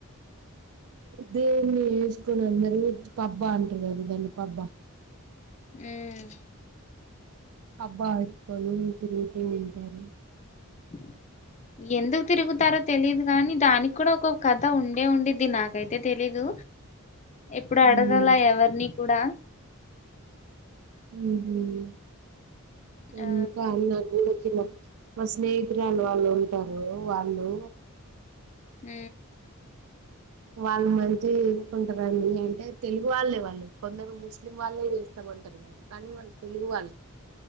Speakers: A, on the right; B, on the left.
A: దేన్ని ఎసుకోనిందరు పబ్బా అంటానారు దాన్ని పబ్బా
B: ఉమ్
A: అబ్బా ఆతుకోనీ తిరుగుతూ ఉంటారు
B: ఆ ఎందుకు తిరుగుతారో తెలీదు గాని దానికి కూడా ఒక కథ ఉండే ఉండుది నాకైతే తెలీదు ఎప్పుడు
A: ఉమ్,
B: అడగలే ఎవరిని కూడా
A: ఉహ్ ఏందుక్
B: ఆ
A: వాళ్ళు ఊరికి ఒచ్చిన్లు మా స్నేహితురాలు వాళ్ళు ఉంటారు వాళ్ళు
B: ఉ
A: వాళ్ళు మంచి ఎసుకుంటారండి అంటే తెలుగు వాళ్ళే వాళ్ళు కొందరు ముస్లిం వాళ్ళే చేస్తామ అంటర్ కానీ వాళ్ళు తెలుగు వాళ్ళు